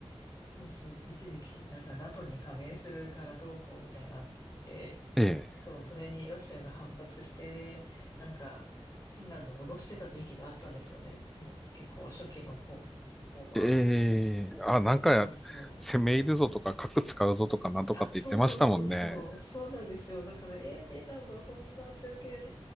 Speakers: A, on the left; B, in the centre.
A: そうそう、一時期、なんか NATO に加盟するからどうこうみたいなのあって、
B: ええ。
A: そう、それにロシアが反発して、で、なんか、フィンランドを脅してた時期があったんですよね。もう結構初期の方、方は。
B: ええあ、なんか、
A: そうそう。
B: 攻め入るぞとか、核使うぞとか、なんとかって言ってましたもんね。
A: あ、そうそうそうそう。そうなんですよ。だから、えー、フィンランドこんな強気でね、